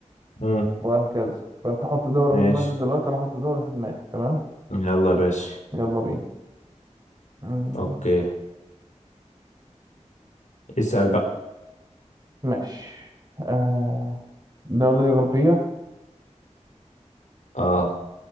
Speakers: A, on the left; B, on the right.
A: مم،
B: وهكذا فأنت حط دولة
A: ماشي
B: في دماغك دلوقتي أنا هحط دولة في دماغي تمام
A: يلا يا باشا
B: يلا بينا مم،
A: اوكي اسأل بقى
B: ماشي آه، الدولة دي غربية
A: اه